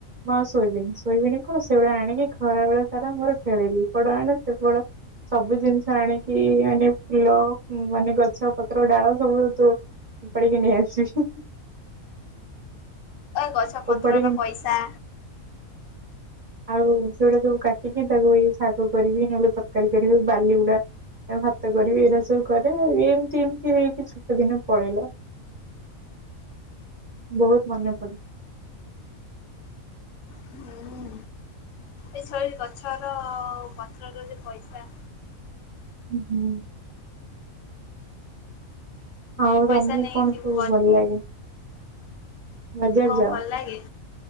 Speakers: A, on the right (about 40°); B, on the left (about 70°).
A: ମୁଁ ଆଉ ଶୋଇବିନି ଶୋଇବିନି କଣ ସେଇଭଳିଆ ଆଣିକି ଖରା ବଳେ ସାରା ମୋର ଖେଳିବି ଏପଟ ଆଣେ ସେପଟ ସବୁ ଜିନିଷ ଆଣିକି ମାନେ ଫୁଲ ମାନେ ଗଛ ପତ୍ର ଡାଳ ସବୁ ତ ଉପାଡ଼ିିକି ନେଇ ଆସିବି।
B: ଗଛ ପତ୍ରର
A: ଉପାଡିକି
B: ପଇସା
A: ଆଉ ସେଗୁଡା ସବୁ କାଟିକି ତାକୁ ଇ ଶାଗ କରିବି ନହେଲେ ତରକାରୀ କରିବି ବାଲିଗୁଡା ଭାତ କରିବି ଏଇଡା ସବୁ କରେ ଆଉ ଏମିତି ଏମତି ହେଇକି ସେ ଦିନ ପଳେଇଲା ବହୁତ ମନେ ପଡେ।
B: ହୁଁ ଏ <unintelligible> ଗଛର ପତ୍ରର ଯଦି ପଇସା
A: ହୁଁ। ଆଉ
B: ପଇସା
A: ତମକୁ
B: ନେଇ
A: କଣ
B: ଯିବୁ
A: ସବୁ ଭଲ ଲାଗେ? ବଜାର
B: ହଁ
A: ଯାଅ?
B: ଭଲ ଲାଗେ।